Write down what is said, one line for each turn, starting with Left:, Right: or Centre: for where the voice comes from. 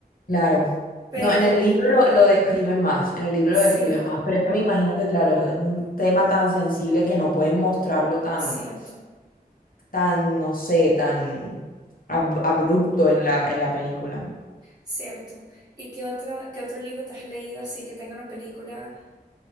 Left: Claro.
Right: pero
Left: No, en el libro lo, lo describen más, en el libro
Right: sí,
Left: lo describen más, pero es que me imagino que, claro, es, es un tema tan sensible que no pueden mostrarlo tan,
Right: cierto,
Left: tan, no sé, tan ab- abrupto en la, en la película.
Right: cierto. ¿Y qué otra, qué otro libro te has leído así que tenga una película?